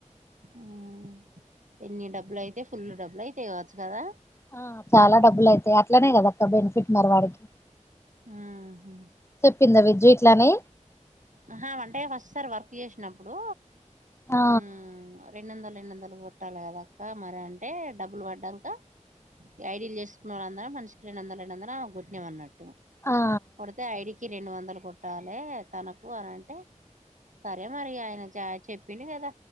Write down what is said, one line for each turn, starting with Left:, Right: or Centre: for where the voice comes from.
Right: ఉమ్ ఎన్ని డబ్బులు అయితే ఫుల్ డబ్బులు అయితే ఇవచ్చు కదా
Left: ఆ చాలా డబ్బులు అయితాయి అట్లనే కదా అక్క బెనిఫిట్ మరి వాడికి
Right: ఉహు
Left: చెప్పింద విజయ ఇలానేే
Right: ఆహా వంటే ఫస్ట్ సార్ వర్క్ చేసినప్పుడు
Left: ఆ
Right: ఉ రెండ వందలు రెండు వందలు పట్టాలి కదాక్క మరి అంటే డబ్బులు పడ్డాక ఐడిీలు చేసుకున్న వాళ్ళ అందరం మన స్క్రీన్ అంద లే అర కొట్నమ అన్నట్టు
Left: ఆ
Right: కొడుతే ఐడికి రెండు వందలు కుట్టాలి తన పోరంటే సరే మరి ఆయన చెప్పింది కదా